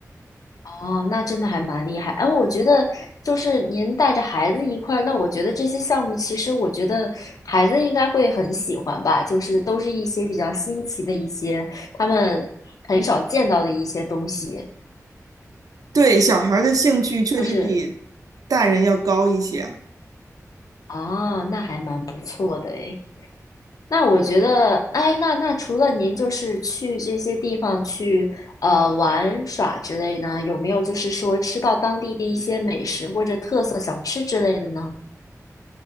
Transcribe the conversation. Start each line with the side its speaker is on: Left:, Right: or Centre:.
Left: 哦，那真的还蛮厉害。哎，我觉得就是您带着孩子一块儿，那我觉得这些项目其实我觉得孩子应该会很喜欢吧，就是都是一些比较新奇的一些他们很少见到的一些东西。
Right: 对，小孩儿的兴趣确实比
Left: 就是
Right: 大人要高一些。
Left: 啊，那还蛮不错的诶。那我觉得，哎，那那除了您就是去这些地方去呃玩耍之类呢，有没有就是说吃到当地的一些美食或者特色小吃之类的呢？